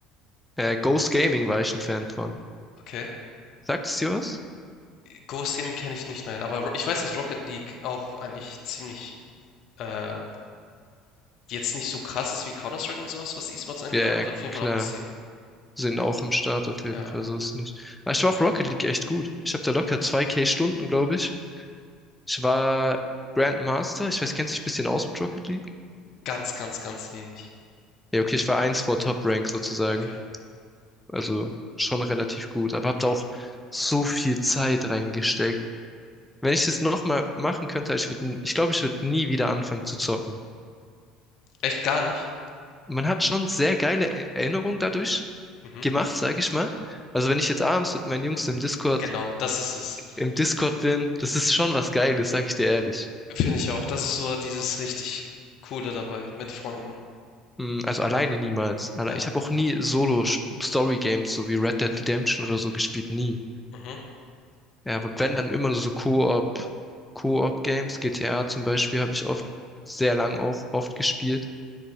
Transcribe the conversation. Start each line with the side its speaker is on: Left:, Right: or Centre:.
Centre: Äh, Ghost Gaming war ich ein Fan von.
Left: okay.
Centre: Sagt es dir was?
Left: Ghost Gaming kenne ich nicht, nein. Aber Ro- ich weiß, dass Rocket League auch eigentlich ziemlich äh, Jetzt nicht so krass ist wie Counter-Strike und sowas, was, E-Sports angeht,
Centre: Ja,
Left: aber hat
Centre: ja,
Left: auf jeden
Centre: klar.
Left: Fall auch eine Szene.
Centre: Sind auch am Start auf jeden
Left: Ja,
Centre: Fall, so ist es nicht. Aber ich war auch Rocket League echt gut. Ich habe da locker zwei k Stunden, glaube ich. Ich war Grandmaster. Ich weiß, kennst du dich ein bisschen aus mit Rocket League?
Left: ganz, ganz, ganz wenig.
Centre: Ja, okay, ich war eins vor Top Rank sozusagen.
Left: Okay.
Centre: Also schon relativ gut. Aber hab
Left: Mhm.
Centre: da auch so viel Zeit reingesteckt. Wenn ich das nochmal machen könnte, ich würde, ich glaube, ich würde nie wieder anfangen zu zocken.
Left: Echt gar nicht?
Centre: Man hat schon sehr geile Er- Erinnerungen dadurch,
Left: Mhm.
Centre: gemacht, sage ich mal. Also wenn ich jetzt abends mit meinen Jungs im Discord,
Left: Genau, das ist es.
Centre: im Discord bin, das ist schon was Geiles, sage ich dir ehrlich.
Left: Finde ich auch. Das ist so dieses richtig Coole dabei mit Freunden.
Centre: Mm, Also alleine niemals. Alle-
Left: Ja,
Centre: Ich habe auch nie Solo-Story-Games, so wie Red Dead Redemption oder so, gespielt. Nie.
Left: mhm,
Centre: Ja, aber wenn dann immer nur so Koop, Koop-Games, GTA zum Beispiel, habe ich oft, sehr lang auch oft gespielt.